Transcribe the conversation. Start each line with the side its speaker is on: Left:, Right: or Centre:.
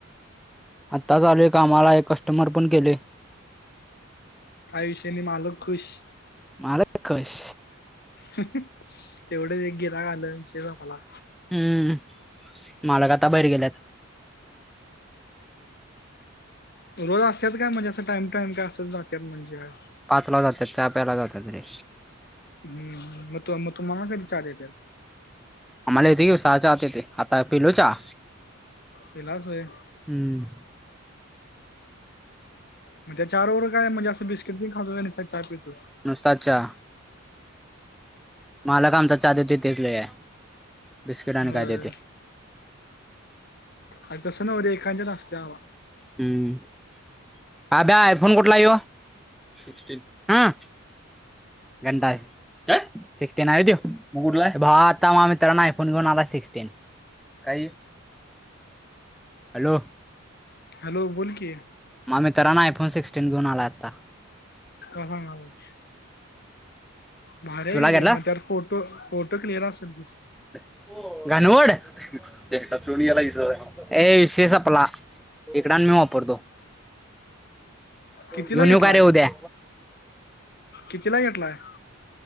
Centre: आत्ताच आलोय कामाला एक कस्टमर पण केले.
Left: आयुष्याने मालक खुश
Centre: मालक खूश
Left: तेवढं एक गिरायक आलं देऊया मला
Centre: हम्म मालक आता बाहेर गेल्यात.
Left: रोज असत्यात का? म्हणजे असं टाइम टाइम काय असच जात्यात म्हणजे काय?
Centre: पाच ला जात्यात चहा प्यायला जातात रे
Left: हम्म मथून मथून म्हणून त्या चहा देत्यात
Centre: आम्हाला येते सहाच्या आत येते आता पिलो चहा
Left: पिलास व्हय
Centre: हम्म.
Left: म्हणजे चार बरोबर काय म्हणजे असं बिस्कट बी खातोय आणि चहा पितोस.
Centre: नुसता चहा मालक आमचा चहा देते तेच लय आहे बिस्किट आणि
Left: होय
Centre: काय देते.
Left: अरं तसं नव्ह रे एकांच्यात असते हवा
Centre: हम्म अब्या आयफोन कुठलायं ह्यो सिक्स्टी हं गंडा आहे. काय? सिक्सटीन आहे त्यो मग कुठला हाय मग आता मग मित्रानं आयफोन घेऊन आलाय सिक्सटीन काही हॅलो..
Left: हॅलो बोल की
Centre: मग मित्रानं आयफोन सिक्सटीन घेऊन आलाय आत्ता
Left: अ हां हज भारी हाय
Centre: तुला घेतलास
Left: रे मतर फोटो फोटो क्लिअर असल.
Centre: हो गानवड एकटा थोडी ह्याला इझवलंय ये शेष आपला इकडं आन मी वापरतो.
Left: कितीला
Centre: घेऊन येऊ
Left: घेतलाय
Centre: का रे उद्या
Left: कितीला घेतलाय.